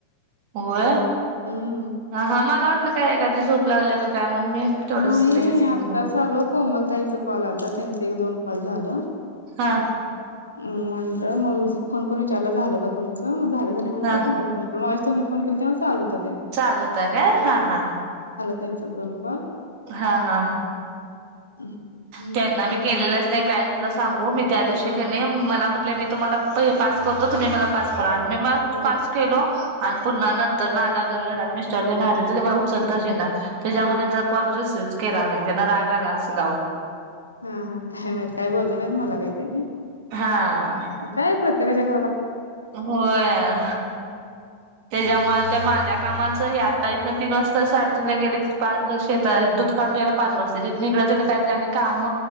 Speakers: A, on the right; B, on the left.
A: होय
B: हम्म
A: हा हा मला वाटलं काय एखाद्या झोप लावल्या का काय. म्हणून मी तेवढंच
B: नाही
A: लगेच हे केलं
B: आत्ताच आलो कोमलताईचा कॉल आलाता त्यांच एक दोन कॉल झाल.
A: हा.
B: म्हटलं मग फोन करून विचारल झालं का तुमचं मग झालं झालं म्हणलं
A: हा
B: तुम्हाला फोन. <unintelligible> <unintelligible> फोन केला तेव्हा चालू होत.
A: चालू होता काय हा हा.
B: त्यांचे दोन कॉल.
A: हा, हा.
B: <unintelligible> मग
A: त्यांना मी
B: तुम
A: केलेलंच नाही काय झालं सांगू मी त्या दिवशी
B: हा
A: की नाही मला म्हण <unintelligible> मी तुम्हालला <unintelligible> पास करतो तुम्ही मला पास करा आणि मी म
B: हा
A: पास केलो आणि पुन्हा नंत तर आला जर घरात मिस्टर दे ना आले तर मला उचलताच ये ना त्याच्यामुळे
B: हा
A: त्यांचा कॉल रिसिव केला नाही त्यांना रागाला अस लाव
B: हा हा काय मात काय बोललं नाहीत मला काही ते नाही
A: हा
B: काय प्रत्य तेग जग
A: होय त्याच्यामुळे ते माझ्या कामाच या इथं तीन वाजता साडजला गेले पाच शेतात दूध काढून द्यायला पाच वाजता तथून इकडं तिककडे काहीत रा काम